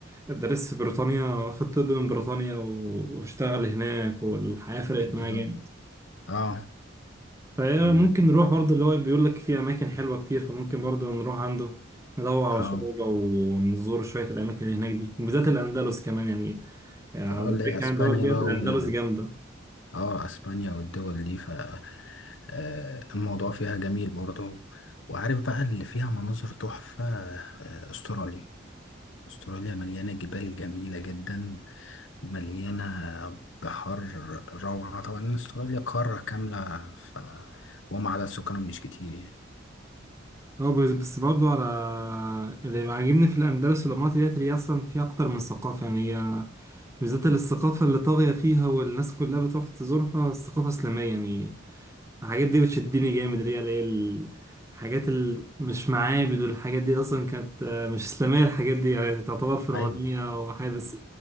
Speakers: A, on the right; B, on the left.
A: درس في بريطانيا واخد طب من بريطانيا و- واشتغل هناك والحياة فرقت
B: بالظبط
A: معاه جامد
B: اه
A: فهي
B: ال-
A: ممكن نروح برضه اللي هو بيقول لك في أماكن حلوة كتير فممكن برضه نروح عنده ندور
B: اه
A: على شغل ونزور شوية الأماكن اللي هناك دي وبالذات الأندلس كمان يعني على
B: اه اللي
A: ذكر
B: هي اسبانيا
A: يعني دول جت
B: بقى
A: الأندلس
B: وال
A: جامدة
B: اه اسبانيا والدول دي ف آه، الموضوع فيها جميل برضه وعارف بقى اللي فيها مناظر تحفة آه، استراليا استراليا مليانة جبال جميلة جدا مليانة بحر روعة طبعا استراليا قارة كاملة ف وما عدد سكانهم مش كتير يعني
A: هو بس بس برضه على اللي عاجبني في الأندلس والإمارات ديت اللي هي أصلا فيها أكتر من ثقافة يعني هي بالذات الثقافة اللي طاغية فيها والناس كلها بتروح تزورها الثقافة الإسلامية يعني الحاجات دي بتشدني جامد اللي هي اللي هي الحاجات اللي مش معابد والحاجات دي أصلا كانت آه، مش إسلامية الحاجات دي يعني تعتبر فرعونية
B: أيوة
A: وحاجة بس